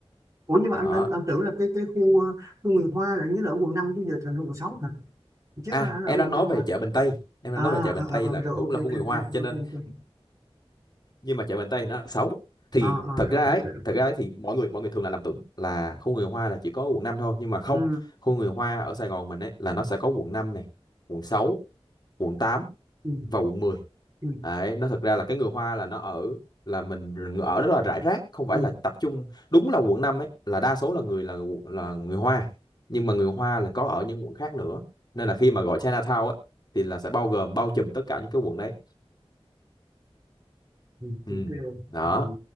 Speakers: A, on the right (about 30°); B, on the left (about 40°).
A: ủa nhưng mà
B: đó
A: anh anh, anh tưởng là cái cái khu ờ, khu người Hoa là anh nhớ là ở quận năm chứ giờ thành quận 6 hả trước
B: À,
A: đó anh là
B: em
A: ở quận
B: đang nói
A: 5
B: về
A: mà
B: chợ Bình Tây. Em
A: à
B: đang nói về chợ Bình
A: ờ,
B: Tây
A: ờ, ờ,
B: là
A: rồi
B: cũng
A: ok
B: là
A: ok
B: khu người Hoa,
A: ok
B: cho
A: ok
B: nên
A: ok
B: nhưng mà chợ Bình Tây thì nó là xấu. Thì
A: à, à,
B: thật
A: rồi ok
B: ra ấy,
A: ok
B: thật ra ấy thì mọi người mọi người thường là lầm tưởng là khu người Hoa là chỉ có quận 5 thôi, nhưng mà không.
A: ừ.
B: Khu người Hoa ở Sài Gòn mình ấy là nó sẽ có quận 5 này, quận 6, quận 8
A: Ừ.
B: vào quận mười,
A: Ừ.
B: đấy nó thật ra là cái người Hoa là nó ở là mình ở rất là rải rác không phải
A: Ừ.
B: là tập trung đúng là quận 5 ấy là đa số là người là quận- là người Hoa nhưng mà người Hoa là có ở những quận khác nữa nên là khi mà gọi Chinatown ấy thì là sẽ bao gồm bao trùm tất cả những cái quận đấy
A: Ừ.
B: ừ
A: ok
B: đó
A: ừ.